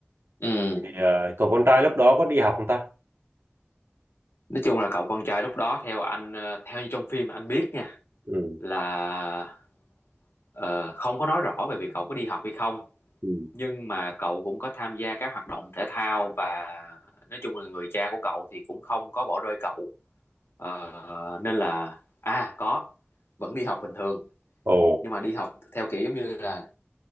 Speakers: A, on the left (about 75°); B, on the right (about 85°).
A: ừ
B: thì ờ, cậu con trai lúc đó có đi học không ta
A: nói chung là cậu con trai lúc đó theo anh ờ, theo như trong phim anh biết nha
B: ừ
A: là ờ, không có nói rõ về việc cậu có đi học hay không
B: ừ
A: nhưng mà cậu cũng có tham gia các hoạt động thể thao và nói chung là người cha của cậu thì cũng không có bỏ rơi cậu Ờ, nên là à có vẫn đi học bình thường
B: ồ
A: nhưng mà đi học theo kiểu giống như là